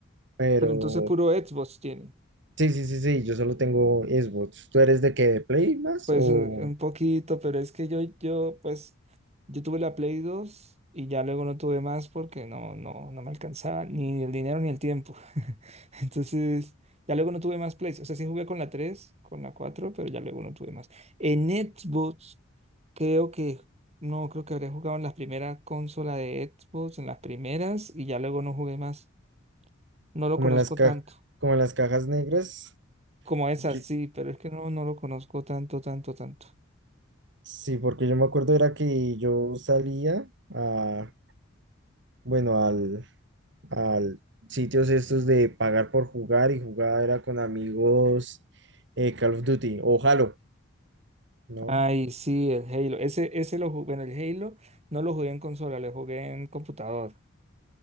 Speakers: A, on the right; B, on the right.
A: Pero,
B: Pero entonces puro Xbox tiene.
A: Sí, sí, sí, sí, yo solo tengo Xbox. ¿Tú eres de qué? ¿De Play más?
B: Pues
A: ¿O
B: un un poquito, pero es que yo, yo, pues, yo tuve la Play dos y ya luego no tuve más porque no, no, no me alcanzaba ni el dinero ni el tiempo. <laughs> Entonces, ya luego no tuve más Plays. O sea, sí jugué con la 3 con la 4 pero ya luego no tuve más. En Xbox, creo que, no, creo que habría jugado en la primera consola de Xbox, en las primeras, y ya luego no jugué más. No lo
A: como
B: conozco
A: en las ca-
B: tanto.
A: como en las cajas negras?
B: Como esa,
A: Yo-
B: sí, pero es que no, no lo conozco tanto, tanto, tanto.
A: sí, porque yo me acuerdo era que yo salía a, bueno, al, al sitios estos de pagar por jugar y jugar era con amigos eh, Call of Duty o Halo, ¿no?
B: Ay, sí, el Halo. Ese, ese lo jugué, bueno, el Halo no lo jugué en consola, lo jugué en computador.